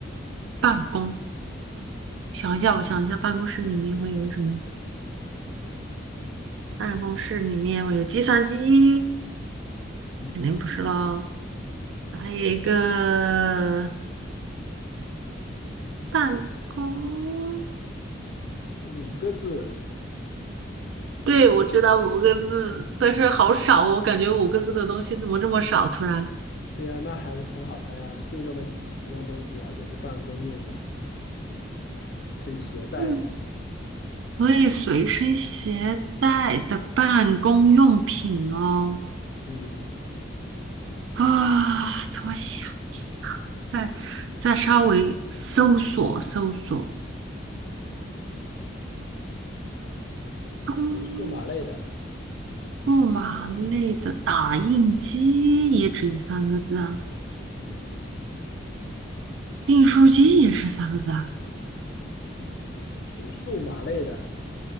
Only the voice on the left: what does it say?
嗯，
五个字。
对啊，那还很好猜啊，就那么几几样东西，而且是办公用的，可以携带的。
嗯，
属于数码类的。
嗯，
属于数码类的。